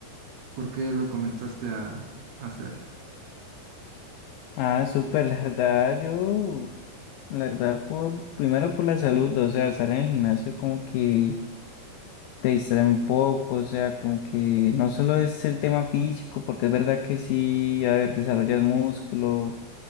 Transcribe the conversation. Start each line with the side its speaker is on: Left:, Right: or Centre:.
Right: ¿Por qué lo comenzaste a, a hacer?
Left: Ah, súper, la verdad, yo, la verdad, por, primero por la salud, o sea, estar en el gimnasio como que te distrae un poco, o sea, como que no solo es el tema físico, porque es verdad que sí, a ver, desarrollas músculo,